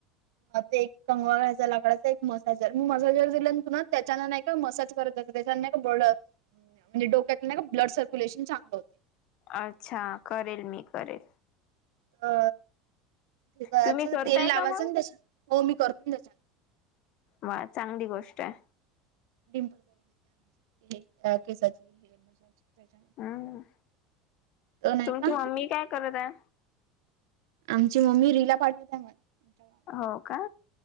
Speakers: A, on the right; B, on the left.
A: ह ते एक कंगळ्याचा लाकडाचा एक मसाजर मसाजर पुन्हा त्याच्यान नाही का मसाज करत त्याच्यान बोल्ड डोक्यात नैका ब्लड सर्क्युलेशन चांगलं होते.
B: अच्छा करेल मी करेल.
A: अ ते कराच
B: तुम्ही करताय
A: तेल लावायचं
B: का मग
A: ना तेच्या हो मी करतो ना तेच्या
B: म चांगली गोष्ट हाय.
A: डिंपल करून देत्या हे आ केसाची हे हेअर मसाज. त्याच्यान
B: हम्म
A: तर नाही
B: तुमची
A: का
B: मम्मी काय करत आय?
A: आमची मम्मी रिला पाठवत आहे. इंस्टाग्रामवर.
B: हो का